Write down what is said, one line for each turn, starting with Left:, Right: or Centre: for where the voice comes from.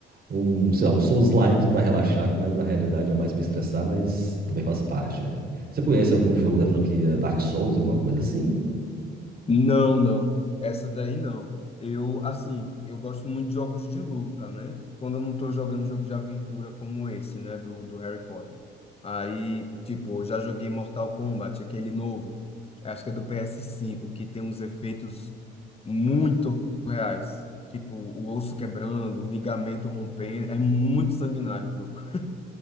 Right: Um, sei lá, um Souls-like pra relaxar, que mais na realidade é mais pra estressar, mas também faz parte, né? Você conhece algum jogo da franquia Dark Souls, alguma coisa assim?
Left: Não, não. Essa daí não. Eu, assim, eu gosto muito de jogos de luta, né? Quando eu não tô jogando jogo de aventura como esse, né? Do, do Harry Potter. Aí, tipo, eu já joguei Mortal Kombat, aquele novo. Acho que é do PS5, que tem uns efeitos muito reais. Tipo, o osso quebrando, o ligamento rompendo. É muito sanguinário o jogo. <laughs>